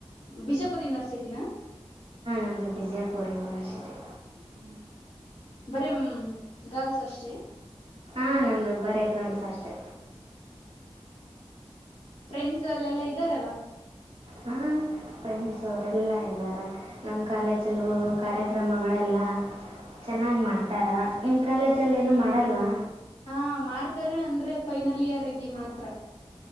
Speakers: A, on the left; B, on the right.
A: ಬಿಜಾಪುರ್ ಯುನಿವರ್ಸಿಟಿನ.
B: ನಂದು ಬಿಜಾಪುರ್ ಯೂನಿವರ್ಸಿಟಿ
A: ಹ್ಮ ಬರೀ ಗರ್ಲ್ಸ್ ಅಷ್ಟೇ.
B: ಹಾಂ ನಮ್ಮದು ಬರೇ ಗರ್ಲ್ಸ್ ಅಷ್ಟೆ
A: ಫ್ರೆಂಡ್ಸ್ ಅಲ್ಲೆಲ್ಲಾ ಇದ್ದಾರಲ್ಲ.
B: ಹಾ ಫ್ರೆಂಡ್ಸ್ ಅವರೆಲ್ಲ ಇದ್ದಾರೆ ನಮ್ಮ ಕಾಲೇಜಲ್ಲೂ ಕಾರ್ಯಕ್ರಮಗಳೆಲ್ಲ ಚೆನ್ನಾಗಿ ಮಾಡ್ತಾರ. ನಿಮ್ಮ ಕಾಲೇಜಲ್ಲಿ ಏನು ಮಾಡಲ್ವಾ.
A: ಹಾ ಮಾಡ್ತಾರೆ ಅಂದ್ರೆ ಫೈನಲ್ ಇಯರ್ಗೆ ಮಾತ್ರ.